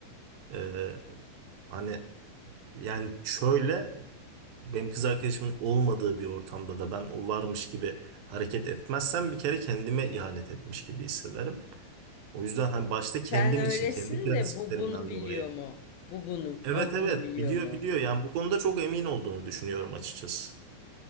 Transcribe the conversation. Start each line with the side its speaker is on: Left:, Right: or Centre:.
Right: Ee, hani yani şöyle benim kız arkadaşımın olmadığı bir ortamda da ben o varmış gibi hareket etmezsem bir kere kendime ihanet etmiş gibi hissederim. O yüzden hani başta kendim
Left: Sen öylesin
Right: için kendi prensiplerimden
Left: de bu bunu biliyor
Right: dolayı.
Left: mu? Bu bunu,
Right: Evet
Left: o
Right: evet
Left: bunu biliyor
Right: biliyor
Left: mu?
Right: biliyor yani bu konuda çok emin olduğunu düşünüyorum açıkçası.